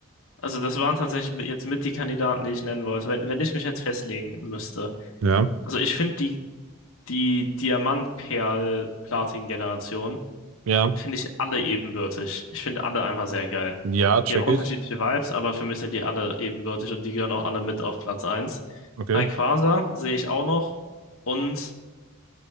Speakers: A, on the left (about 70°); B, on the right (about 70°).
A: Also, das waren tatsächlich jetzt mit die Kandidaten, die ich nennen wollte, wenn, wenn ich mich jetzt festlegen müsste.
B: Ja,
A: Also, ich finde die die Diamant-Perl-Platin-Generation
B: ja,
A: finde ich alle ebenbürtig. Ich finde alle einfach sehr geil.
B: ja, check
A: Die haben unterschiedliche
B: ich.
A: Vibes, aber für mich sind die alle ebenbürtig und die gehören auch alle mit auf Platz 1.
B: Okay.
A: Rayquaza sehe ich auch noch und